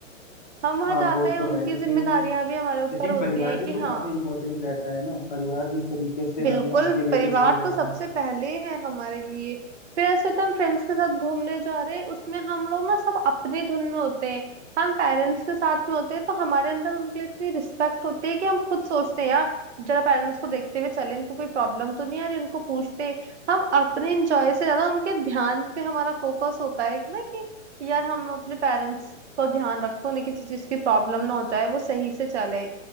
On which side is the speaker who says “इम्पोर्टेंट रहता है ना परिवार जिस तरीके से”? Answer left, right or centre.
Left